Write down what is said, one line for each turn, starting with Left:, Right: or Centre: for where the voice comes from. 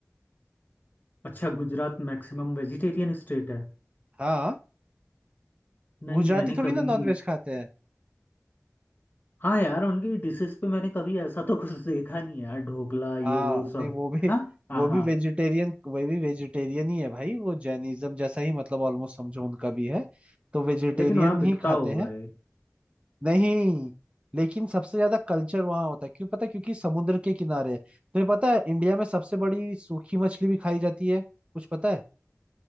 Left: अच्छा गुजरात मैक्सिमम वेजिटेरियन स्टेट है
Right: हाँ
Left: नहीं
Right: गुजराती
Left: मैंने
Right: थोड़ी
Left: कभी
Right: ना नॉनवेज खाते हैं
Left: हाँ यार उनकी डिशेस पे मैंने कभी ऐसा तो कुछ देखा नहीं है यार ढोकला ये
Right: हाँ
Left: वो
Right: नहीं
Left: सब
Right: वो भी
Left: है ना हाँ
Right: वो भी
Left: हाँ
Right: वेजिटेरियन वो भी वेजिटेरियन ही है भाई वो जैनिज्म जैसा ही मतलब ऑलमोस्ट समझो उनका भी है तो वेजिटेरियन
Left: लेकिन वहाँ बिकता
Right: ही खाते
Left: होगा
Right: हैं
Left: ये
Right: नहीं लेकिन सबसे ज्यादा कल्चर वहाँ होता है क्यों पता है क्योंकि समुद्र के किनारे है तुम्हें पता है इंडिया में सबसे बड़ी सूखी मछली भी खाई जाती है कुछ पता है